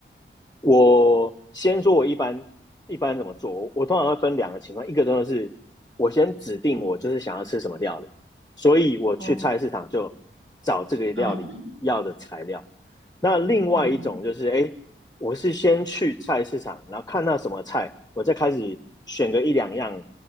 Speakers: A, on the left; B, on the right.
A: 我先说，我一般一般怎么做？我我通常会分两个情况，一个真的是我先指定我就是想要吃什么料理，所以我去菜市场就找这个料理要的材料。
B: 哦，嗯
A: 那另外一种就是，
B: 嗯
A: 哎，我是先去菜市场，然后看到什么菜，我再开始选个一两样